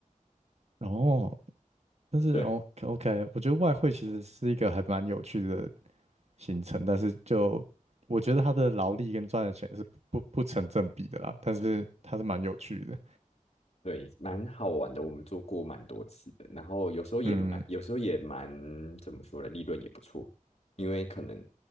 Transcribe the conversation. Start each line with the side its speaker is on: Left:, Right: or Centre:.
Right: 然后
Left: <laughs>
Right: 但是
Left: 对，
Right: OK OK，我觉得外汇其实是一个还蛮有趣的行程，但是就我觉得他的劳力跟赚的钱是不不成正比的啦，但是它是蛮有趣的，
Left: 对，蛮好玩的，我们做过蛮多次的，然后有时候也蛮，
Right: 嗯，
Left: 有时候也蛮，怎么说呢，利润也不错，因为可能，